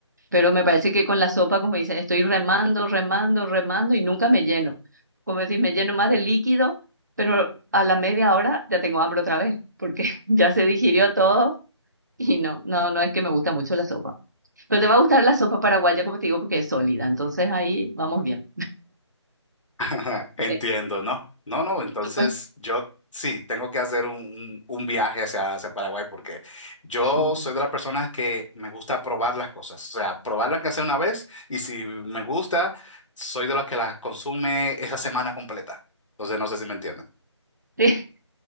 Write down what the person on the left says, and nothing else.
<laughs> Ajá, Entiendo,
¿no? No, no, entonces
yo sí, tengo que hacer un, un- un viaje hacia, hacia Paraguay porque yo
soy de las personas que me gusta probar las cosas, o sea, probarlas que sea una vez y si me gusta, soy de las que las consume esa semana completa. Entonces no sé si me entienden.